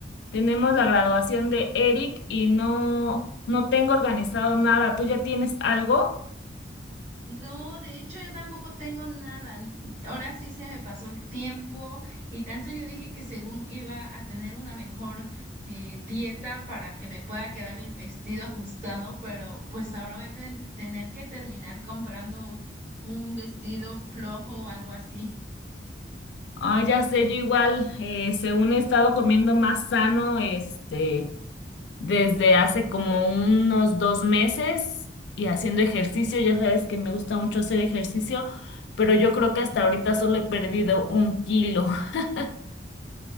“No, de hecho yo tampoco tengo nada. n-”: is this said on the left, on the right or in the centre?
Right